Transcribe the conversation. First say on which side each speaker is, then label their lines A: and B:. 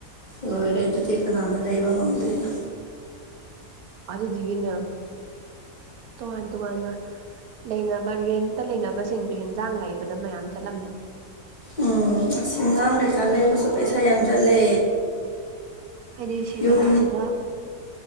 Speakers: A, on the left (about 30°); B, on the right (about 85°).
A: ꯂꯣꯏꯔꯦ ꯑꯗꯨꯗꯤ ꯀꯅꯥꯅ ꯂꯩꯕ ꯉꯝꯗꯣꯏꯅꯣ꯫
B: ꯑꯗꯨꯗꯒꯤꯅ ꯇꯣꯉꯥꯟ ꯇꯣꯉꯥꯟꯅ꯫ ꯂꯩꯅꯕ ꯔꯦꯟꯇ ꯂꯩꯅꯕꯁꯤꯡꯁꯦ ꯍꯟꯖꯥꯡ ꯂꯩꯕꯗ ꯃꯌꯥꯝ ꯆꯠꯂꯝꯅꯤ꯫
A: ꯎꯝ ꯑꯁ ꯌꯦꯟꯖꯡ ꯀꯩꯀ ꯂꯩꯕꯁꯨ ꯄꯩꯁꯥ ꯌꯥꯝ ꯆꯠꯂꯦ꯫
B: ꯍꯥꯏꯗꯤ ꯁꯤꯗ
A: ꯌꯨꯝ꯫
B: ꯑꯗꯨꯗ